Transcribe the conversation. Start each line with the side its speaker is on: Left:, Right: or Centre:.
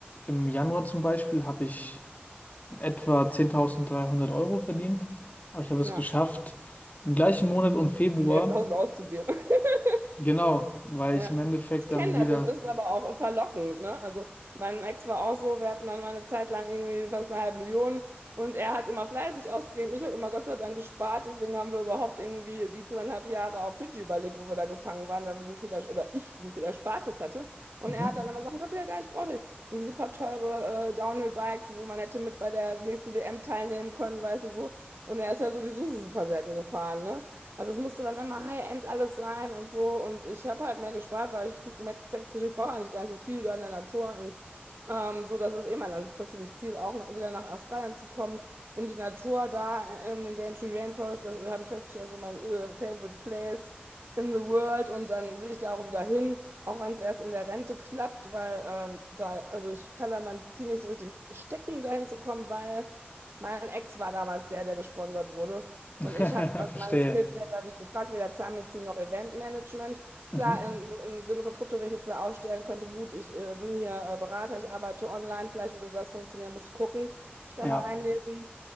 Left: im Januar zum Beispiel habe ich etwa 10.300 Euro verdient, aber ich habe
Right: ja.
Left: es geschafft, im gleichen Monat und Februar,
Right: 11.000 auszugeben. <laughs>
Left: genau, weil
Right: Ja,
Left: ich im Endeffekt
Right: ich kenne
Left: dann
Right: das,
Left: wieder,
Right: es ist aber auch verlockend, ne? Also mein Ex war auch so, wir hatten dann mal eine Zeit lang irgendwie fast eine halbe Million und er hat immer fleißig ausgegeben. Ich habe immer Gott sei Dank gespart, deswegen haben wir überhaupt irgendwie die zweieinhalb Jahre auf Fidschi überlebt, wo wir da gefangen waren, weil wir so viel, ers- oder ich so viel Erspartes hatte. Und
Left: mhm.
Right: er hat dann immer Sachen gekauft, die er gar nicht brauchte. Irgendwie super teure äh, Downhill-Bikes, wo man hätte mit bei der nächsten WM teilnehmen können, weißt du so. Und er ist ja sowieso super selten gefahren, ne? Also es musste dann immer High-End alles sein und so. Und ich habe halt mehr gespart, weil ich merke, ich brauche eigentlich gar nicht so viel da in der Natur. Und, ähm, so, dass es eh mein langfristiges Ziel, auch noch, wieder nach Australien zu kommen, in die Natur da, äh, in den Daintree Rainforest. Das habe ich festgestellt, das ist so mein äh, favorite place in the world. Und dann will ich da auch wieder hin, auch wenn es erst in der Rente klappt, weil ähm, da, also ich kann da mein Ziel nicht so richtig stecken, dahin zu kommen, weil mein Ex war damals der, der gesponsert wurde.
Left: <laughs>
Right: Und ich habe, also
Left: Verstehe.
Right: meine Skills werden da nicht gefragt, weder Zahnmedizin noch Eventmanagement.
Left: Mhm.
Right: Klar, in, im Sinne von Krypto, wenn ich jetzt da aufstellen könnte, gut, ich äh, bin hier äh, Berater, ich arbeite online, vielleicht würde das funktionieren, muss ich gucken, mich da
Left: Ja,
Right: mal einlesen,